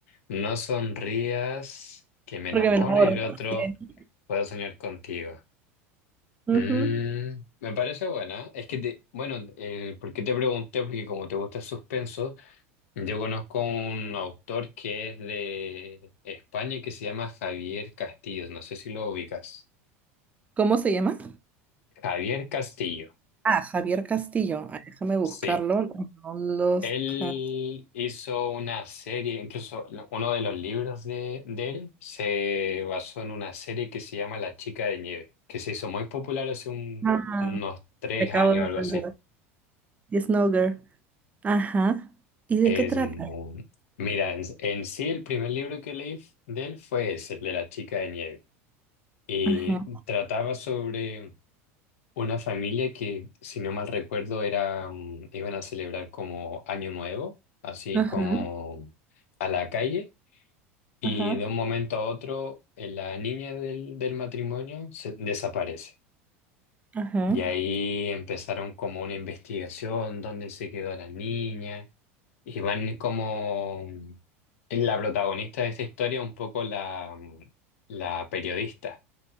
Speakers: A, on the left (about 80°); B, on the right (about 20°).
A: No sonrías, que me enamoro
B: porque me enamoro.
A: y el otro
B: sí.
A: puedo soñar contigo.
B: Ujú.
A: Mm, me parece buena. Es que, te- bueno, eh, ¿por qué te pregunté? Porque como te gusta el suspenso, yo conozco un autor que es de España y que se llama Javier Castillo. No sé si lo ubicas.
B: ¿Cómo se llama?
A: Javier Castillo.
B: Ah, Javier Castillo. Ah, déjame buscarlo.
A: Sí.
B: No los...
A: Él
B: ja-
A: hizo una serie, incluso la- uno de los libros de, de él se basó en una serie que se llama La Chica de Nieve, que se hizo muy popular hace un-
B: Ah,
A: unos tres
B: te acabo
A: años
B: de
A: o
B: entender.
A: algo así.
B: Yes, no girl. Ajá. ¿Y de
A: Es
B: qué trata?
A: muy... Mira, en, en sí el primer libro que leí f- de él fue ese, el de La Chica de Nieve, y
B: Ajá,
A: trataba sobre una familia que, si no mal recuerdo, era, mm, iban a celebrar como Año Nuevo, así
B: ajá,
A: como a la calle. Y
B: ajá,
A: de un momento a otro, eh, la niña del, del matrimonio se- desaparece.
B: ajá.
A: Y ahí empezaron como una investigación, dónde se quedó la niña. Y van como la protagonista de esta historia, un poco la, mm, la periodista.